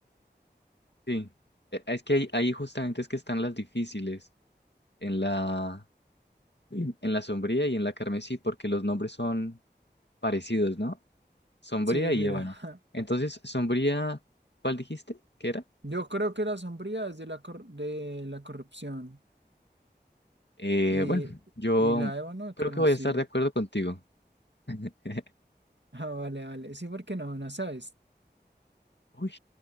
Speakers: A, on the left (about 75°); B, on the right (about 80°).
A: sí. Eh, Es que ahí, ahí justamente es que están las difíciles en la, En la sombría y en la carmesí, porque los nombres son parecidos, ¿no? Sombría
B: Sí,
A: y
B: mira.
A: ébano.
B: <laughs>
A: Entonces, sombría, ¿cuál dijiste que era?
B: Yo creo que la sombría es de la, cor- de la corrupción
A: Eh,
B: y,
A: bueno, yo
B: y la ébano de
A: creo
B: carmesí.
A: que voy a estar de
B: <laughs>
A: acuerdo contigo. <laughs>
B: Ah, vale, vale. Sí, porque no, no sabes.
A: Uy,